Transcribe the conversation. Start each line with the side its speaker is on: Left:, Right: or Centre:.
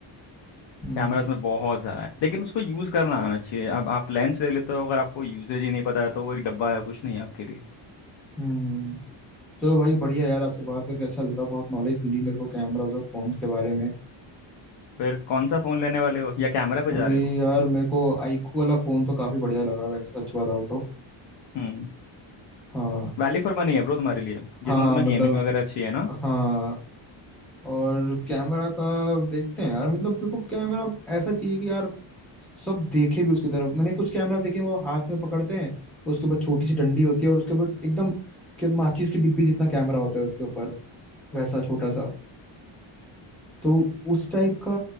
Centre: हम्म
Left: कैमरा उसमें बहुत सारा है लेकिन उसको यूज करना आना चाहिए अब आप लेंस ले लेते हो अगर आपको यूजेज ही नहीं पता है तो वो एक डब्बा है कुछ नहीं है आपके लिए
Centre: हम्म चलो भाई बढ़िया यार आपसे बात करके अच्छा लगा बहुत नॉलेज मिली मेरे को कैमरास और फोन्स के बारे में
Left: फिर कौन सा फोन लेने वाले हो या कैमरा पे
Centre: अभी
Left: जा रहे हो
Centre: यार मेरे को आईक्यू वाला फोन तो काफी बढ़िया लगा वैसे सच बताऊँ तो
Left: हम्म
Centre: हाँ
Left: वैल्यू फॉर मनी है ब्रो तुम्हारे लिए
Centre: हाँ
Left: जितना तुम्हें
Centre: मतलब
Left: गेमिंग वगैरह अच्छी है ना
Centre: हाँ और कैमरा का देखते हैं यार मतलब मेरे को कैमरा ऐसा चाहिए कि यार सब देखे भी उसकी तरफ मैंने कुछ कैमरा देखे हैं, वो हाथ में पकड़ते हैं उसके ऊपर छोटी सी डंडी होती है और उसके ऊपर एकदम के माचिस की डिब्बी जितना कैमरा होता है उसके ऊपर वैसा छोटा सा तो उस टाइप का